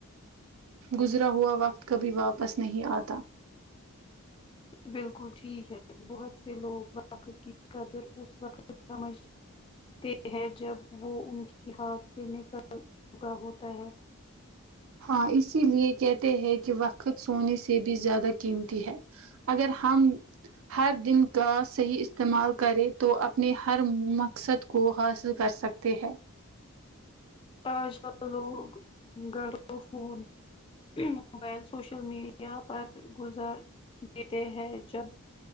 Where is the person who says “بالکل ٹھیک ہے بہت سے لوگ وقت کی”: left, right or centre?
Left